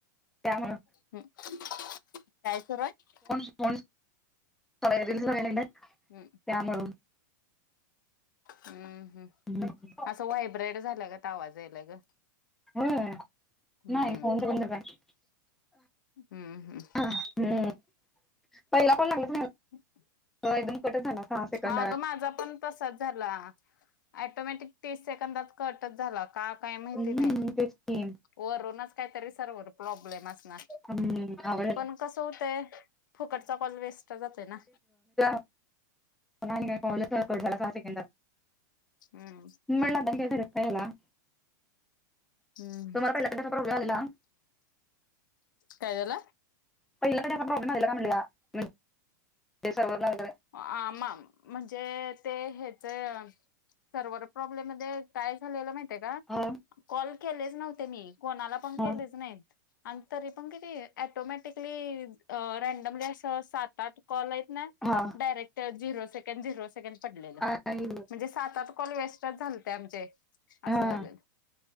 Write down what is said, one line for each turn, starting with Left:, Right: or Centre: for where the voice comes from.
Centre: त्या म्हण
Left: हम् काय सुरूआय?
Centre: <inaudible>
Left: हम्.
Centre: त्यामुळ.
Left: हम् हम.
Centre: हम्.
Left: असं व्हायब्रेड झाल्यागत आवाज याला ग.
Centre: होय
Left: हम्म
Centre: नाही फोनचं बंद कर
Left: हम्म हम्म.
Centre: हा हम्म पहिला पण लागल नाही.
Left: <inaudible>
Centre: हो एकदम कटच झाला. सहा सेकंदात
Left: हा ग माझा पण तसाच झाला ऍटोमॅटिक तीस सेकंदात कटच झाला. का काही माहिती
Centre: हम्म
Left: नाही
Centre: तेच की
Left: वरूनच काहीतरी सर्वर प्रॉब्लेम असणार.
Centre: हम्म आवडल
Left: पण कस होतंय फुकटचा कॉल वेस्ट जातोय ना.
Centre: म आणि काय कॉलच कट झाला सहा सेकंदात.
Left: हम्म
Centre: म. <inaudible>
Left: हम्म
Centre: तुम्हाला पहिला कशाचा प्रॉब्लेम आलेला
Left: काय झाल?
Centre: पहिला <unintelligible> प्रोब्लेम आलेला काय म्हणलीया नाही ते सर्वर लागलेलं.
Left: आ मा-म्हणजे ते हेच सर्वर प्रॉब्लेम मध्ये काय झालेलं माहितीये का?
Centre: हा.
Left: कॉल केलेच नव्हते मी कोणाला पण
Centre: हा
Left: केलेच नाहीत आणि तरी पण किती ऑटोमॅटिकली अ रँडमली असं सात आठ कॉलाईत ना.
Centre: हा
Left: direct zero second zero second पडलेलं
Centre: हा आई गं
Left: म्हणजे सात आठ कॉल वेस्टच झालते आमचे.
Centre: हा
Left: असं झालेल